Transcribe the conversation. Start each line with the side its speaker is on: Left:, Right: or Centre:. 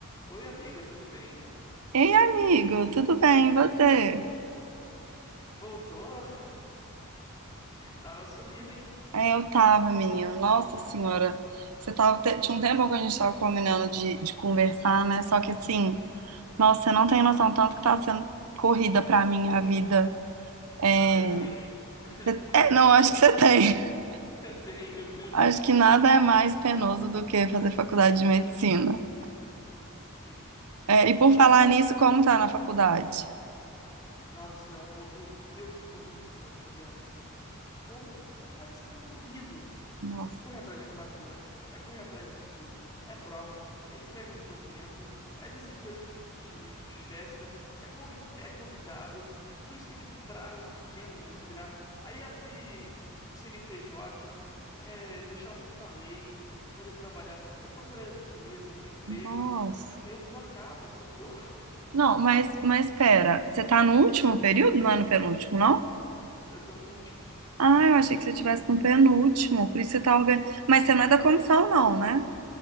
Left: Oi, amiga, tudo bem?
Right: Ei, amigo, tudo bem? E você?
Left: Voltou? <laughs> Tava sumida, hein?
Right: É, eu tava, menino. Nossa senhora, você tava. te- Tinha um tempo que a gente tava combinando de, de conversar, né? Só que assim, nossa, você não tem noção tanto que tá sendo corrida pra mim a vida. É,
Left: Ah, eu tenho, hein? <laughs>
Right: é, não, acho que você tem. <laughs>
Left: Eu tenho, viu?
Right: Acho que nada é mais penoso do que fazer faculdade de medicina.
Left: Ixi.
Right: É, e por falar nisso, como tá na faculdade?
Left: Nossa, é um pouco, meu, que corrido que é o fim de ano. Como pode você ter um corrido?
Right: Nossa,
Left: É correr atrás de formatura, é correr atrás de estudo, é prova, é entrega de documento, é decidir coisa de, de- de festa, é, convi- é convidado, e tudo isso tem, tipo, prazos pequenos para expirar. Aí abrir CNPJ, é deixar tudo na lei para poder trabalhar, é procurar empresa para emprego.
Right: nossa.
Left: Meu Deus, não acaba, socorro.
Right: Não, mas, mas pera, você tá no último período? Não é no penúltimo, não?
Left: <laughs> Eu tô no último.
Right: Ah, eu achei que você estivesse no penúltimo, por isso você tá organizando. Mas você não é da comissão, não, né?